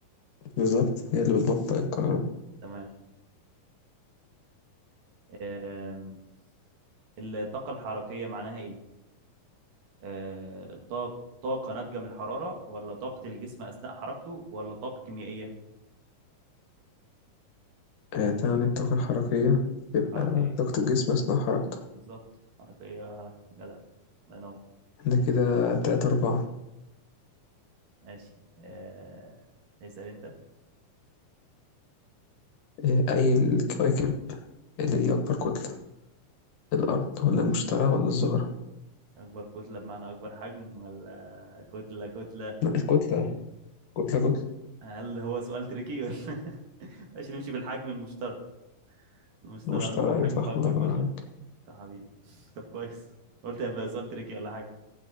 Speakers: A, on the left (about 65°); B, on the right (about 75°).
A: بالظبط هي اللي بتبطئ الكهرباء
B: تمام آم، الطاقة الحركية معناها إيه؟ آه، طاق- طاقة ناتجة من الحرارة ولا طاقة الجسم أثناء حركته ولا طاقة كيميائية
A: آه تعني الطاقة الحركية تبقى
B: حركية
A: طاقة الجسم أثناء حركته
B: بالظبط حركية حركة جدع الله ينور
A: احنا كده تلاتة أربعة
B: ماشي آه، اسأل أنت
A: آه أي الكواكب اللي ليها أكبر كتلة الأرض ولا المشتري ولا الزهرة
B: أكبر كتلة بمعنى أكبر حجم ولا كتلة كتلة
A: لا الكتلة كتلة كتلة
B: هل هو سؤال تريكي ولا <laughs> ماشي نمشي بالحجم المشترك المشترك
A: المشتري
B: أكبر
A: أيوه
B: حجم
A: صح
B: فأكبر
A: الله ينور
B: كتلة
A: عليك
B: طب حبيبي <laughs> طب كويس قلت هيبقى سؤال تريكي ولا حاجة